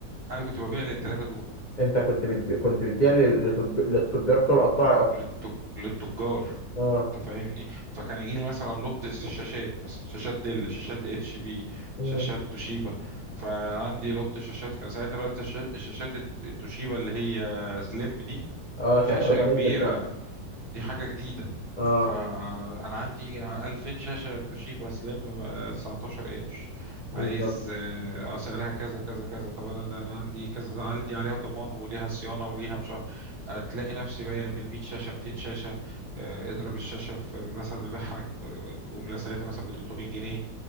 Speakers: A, on the right; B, on the left.
A: انا كنت ببيع للثلاثه دول
B: انت كنت بتبيع كنت بتبيع لل- للطب- للتجار بتوع القطاعي اصلا
A: للتج... للتجار
B: اه
A: انت فاهمني فكان يجي لي مثلا لوت شاشات مثلا شاشات ديل شاشات اتش بي
B: امم
A: شاشات توشيبا فعندي لوت شاشات كان ساعتها بقى التشا- الشاشات الت- التوشيبا اللي هي سليم دي
B: اه
A: شاشة
B: كانت اول ما
A: كبيرة
B: نزلت بقى
A: دي حاجة جديدة
B: اه
A: فأنا عندي 2000 شاشة توشيبا سليم آه، 19 إنش
B: بالظبط
A: عايز اه آه، سعرها كذا كذا كذا طب أنا ده أنا عندي كذا ده أنا عندي عليها ضمان وليها صيانة وليها مش عارف هتلاقي نفسي بايع بال100 شاشة 200 شاشة آه، اضرب الشاشة في مثلا ببيعها آه، جملة ساعتها مثلا ب 300 جنيه